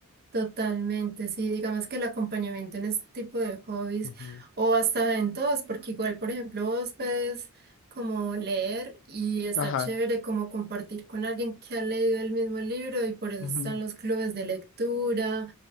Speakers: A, on the right (about 45°); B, on the left (about 60°).
A: Totalmente, sí, digamos que el acompañamiento en este tipo de hobbies
B: Ujú.
A: o hasta en todos, porque igual, por ejemplo, vos puedes como leer y está
B: Ajá.
A: chévere como compartir con alguien que ha leído el mismo libro y por eso
B: ujú.
A: están los clubes de lectura,